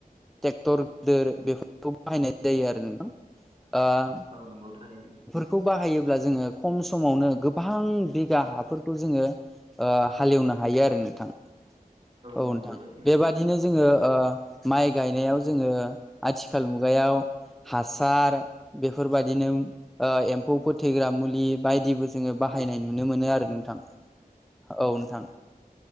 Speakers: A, in the centre; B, on the right (about 40°).
A: ट्रेक्टर गिदिर बेफोरखौ बाहायनाय जायो आरो नोंथां
B: औ नंगौ थारैनो
A: खौ बाहायोब्ला जोङो खम समावनो गोबां बिगा हाफोरखौ जोङो ओ हालेवनो हायो आरो नोंथां औ
B: नंगौ
A: नोंथां
B: थारैनो
A: बेबा दिनो जोङो ओ माइ गायनायाव जोङो आथिखाल मुगायाव हासार बेफोरबायदिनो ओ एम्फौ फोथैग्रा मुलि बायदिबो जोङो बाहायनाय नुनो मोनो आरो नोंथां औ नोंथां